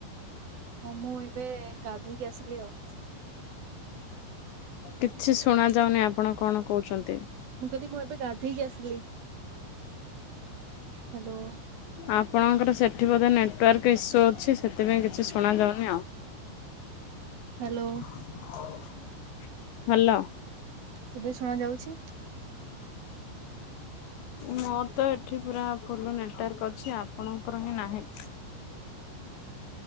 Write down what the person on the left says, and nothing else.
କିଛି ଶୁଣା ଯାଉନି, ଆପଣ କଣ କହୁଛନ୍ତି?
ଆପଣଙ୍କର ସେଠି ବୋଧେ ନେଟୱାର୍କ ଇସ୍ୟୁ ଅଛି, ସେଥିପାଇଁ କିଛି ଶୁଣାଯାଉନି ଆଉ।
<inaudible> ଭଲ।
ମୋର ତ ଏଠି ପୁରା ଫୁଲ ନେଟୱାର୍କ ଅଛି, ଆପଣଙ୍କର ହିଁ ନାହିଁ।